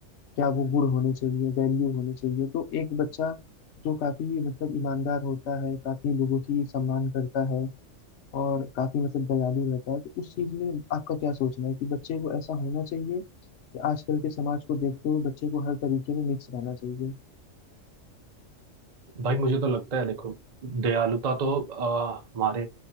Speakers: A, on the left (about 65°); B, on the right (about 40°).
A: क्या वो गुण होने चाहिए वैल्यू होने चाहिए तो एक बच्चा जो काफी मतलब ईमानदार होता है काफी लोगों की सम्मान करता है और काफी मतलब दयालु रहता है तो उस चीज में आपका क्या सोचना है कि बच्चे को ऐसा होना चाहिए कि आजकल के समाज को देखते हुए बच्चे को हर तरीके में मिक्स रहना चाहिए
B: भाई मुझे तो लगता है देखो दयालुता तो अ, हमारे